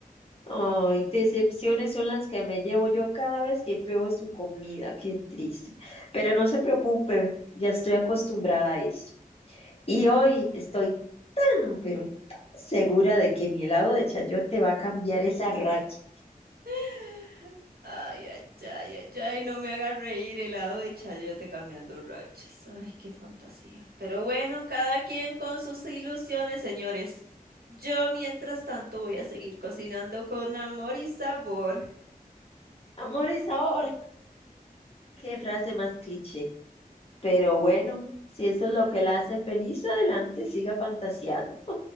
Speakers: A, on the left; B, on the right.
A: Ay, decepciones son las que me llevo yo cada vez que pruebo su comida, qué triste. Pero no se preocupe, ya estoy acostumbrada a esto. Y hoy estoy tan, pero tan segura de que mi helado de chayote va a cambiar esa racha.
B: <laughs> Ay, ay, ay, ay, ay, no me haga reír helado de chayote cambiando rachas. Ay, qué fantasía. Pero bueno, cada quien con sus ilusiones, señores. Yo, mientras tanto, voy a seguir cocinando con amor y sabor.
A: Amor y sabor, qué frase más cliché. Pero bueno, si eso es lo que la hace feliz, adelante, siga fantaseando.